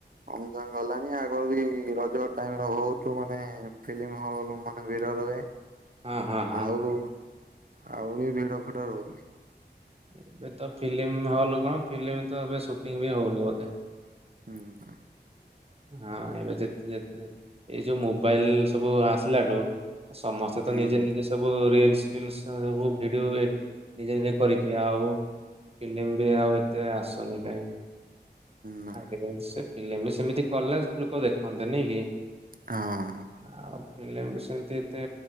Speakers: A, on the right; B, on the right.
A: କମି କମି ଗଲାଣି ଆଗରୁ ବି ରଜ ଟାଇମ ର ହଉତୁ ମାନେ ଫିଲ୍ମ ହଲ୍ ମାନେ ଭିଡ଼ ରୁହେ
B: ହଁ ହଁ ହଁ
A: ଆଉ ଆଉ ବି ଭିଡ ଫିଡ ରହୁନି
B: ଏବେ ତ ଫିଲ୍ମ ହଲ କଣ ଫିଲ୍ମ ତ ଏବେ ସୁଟିଂ ବି ହଉନି ବୋଧେ
A: ହୁଁ ହୁଁ
B: ହଁ ଏବେ ଯେତ ଯେତ ଯେତ ଏଇ ଯୋଉ ମୋବାଇଲ ସବୁ ଆସିଲାଠୁ ସମସ୍ତେ
A: ହୁଁ
B: ତ ନିଜେ ନିଜେ ସ ସବୁ ରିଲସ ଫିଲ୍ସ ସ ସବୁ ଭିଡିଓ ଏଟ ନିଜେ ନିଜେ କରିକି ଆଉ ଫିଲ୍ମ ବି ଆଉ ଏତେ ଆସନି କାଇଁକି?
A: ନା
B: ଆ ସେ ଫିଲ୍ମ ସେମିତି କଲେ ଲୋକ ଦେଖନ୍ତେ ନାଇଁ କି
A: ହଁ
B: ଆଉ ଫିଲ୍ମ ବି ସେମତି ଏତେ